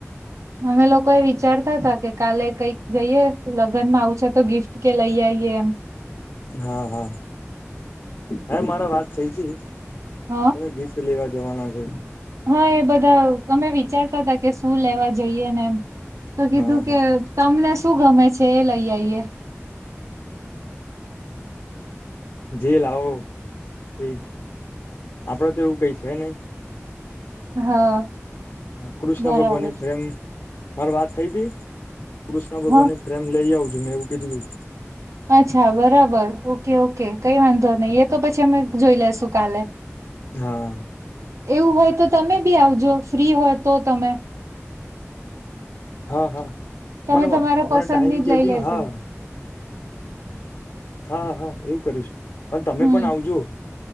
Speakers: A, on the right (about 85°); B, on the left (about 60°).
A: અમે લોકો એ વિચાર ચાલો સાથે કે કાલે કઈક જઈએ લગ્ન માં આવ છે તો ગિફ્ટ કે લઈ આવીઈએ એમ.
B: હા હા હ મારે વાત થઈ હતી.
A: હ
B: તમે ગિફ્ટ લેવા જવાના છે.
A: હા એ બધા અમે વિચારતા હતા કે શું લેવા જઈએ ને એમ. તો કીધું
B: હા હા
A: કે તમને શું ગમે છે એ લઈ આઈએ
B: જે લાવો એ આપડે તો એવું કઈ છે નહી
A: હા
B: કૃષ્ણ
A: બરાબર
B: ભગવાન ની પ્રેમ મારી વાત થઈ તી કૃષ્ણ ભગવાન
A: હ
B: ની ફ્રેમ લઈ આવજો મેં એવું કીધું તું
A: અચ્છા બરાબર ઓકે ઓકે કઈ વાંધો નહી એ તો પછી અમે જોઈ લેસુ કાલે
B: હા
A: એવું હોય તો તમે બી આવજો ફ્રી હોય તો તમે
B: હા હા
A: તમે
B: મને
A: તમારા
B: મને
A: પસંદની
B: ટાઈમ કેજોને
A: જ લઈ લેજો
B: હા હા હા એવું કરીશું પણ તમે
A: હમ
B: પણ આવજો